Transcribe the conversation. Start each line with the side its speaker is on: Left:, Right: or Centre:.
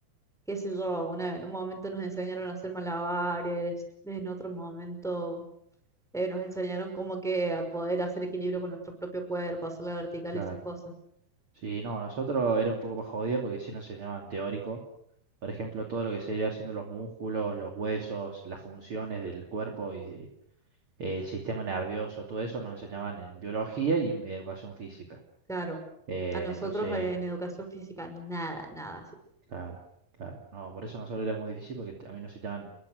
Centre: Qué sé yo, una- en un momento nos enseñaron a hacer malabares, en otro momento eh, nos enseñaron como que a poder hacer equilibrio con nuestro propio cuerpo, hacer la vertical
Right: Claro.
Centre: y esas cosas.
Right: Sí, no, nosotros era un poco más jodido porque sí nos enseñaban teórico. Por ejemplo, todo lo que sería haciendo los músculos, los huesos, las funciones del cuerpo y de- el sistema nervioso, todo eso nos enseñaban en biología y en educación física.
Centre: Claro,
Right: Eh,
Centre: a nosotros
Right: entonces,
Centre: en educación física, nada, nada así.
Right: claro, claro. No, por eso nosotros era muy difícil porque a mí nos enseñaban